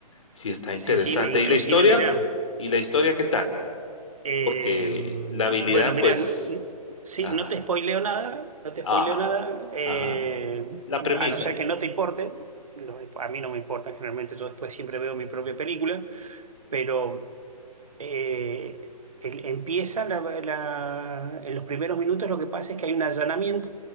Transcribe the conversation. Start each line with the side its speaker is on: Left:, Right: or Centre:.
Left: sí está interesante.
Right: sí, sí, inclusive,
Left: ¿Y la historia?
Right: mirá,
Left: ¿Y la historia qué tal?
Right: eh,
Left: Porque
Right: bueno,
Left: la habilidad,
Right: mirá,
Left: pues...
Right: n- sí,
Left: Ajá.
Right: no te spoileo nada, no te
Left: Ah,
Right: spoileo nada, eh,
Left: ajá. La premisa.
Right: a no ser que no te importe, lo- a mí no me importa, generalmente yo después siempre veo mi propia película, pero... eh, el- empieza la- la- en los primeros minutos lo que pasa es que hay un allanamiento